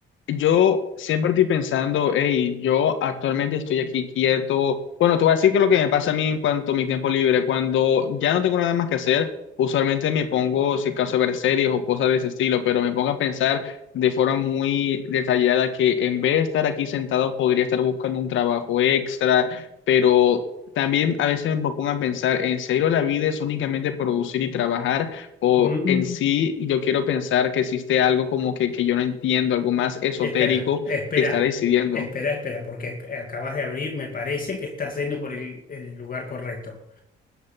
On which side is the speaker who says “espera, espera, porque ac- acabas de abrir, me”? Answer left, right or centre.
Left